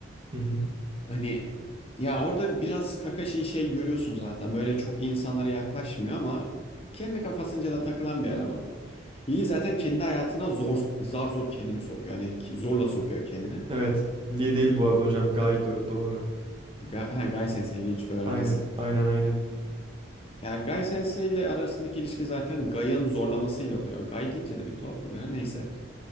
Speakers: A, on the right; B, on the left.
A: Hı hı.
B: Hani ya orada biraz Kakashi'yi şey şey görüyorsun zaten. Böyle çok insanlara yaklaşmıyor ama kendi kafasınca da takılan bir eleman. Lee zaten kendi hayatına zor zar zor kendini sokuyor. Hani ki- zorla sokuyor kendini.
A: Evet. Lee değil bu arada hocam. Gaido doğru.
B: Ga ha, Gai Sensei Lee öğrencisi.
A: Aynen. Aynen aynen.
B: Ya Gai Sensei ile arasındaki ilişki zaten Gai'ın zorlamasıyla oluyor. Gai deyince de bir tuhaf oluyor. Neyse.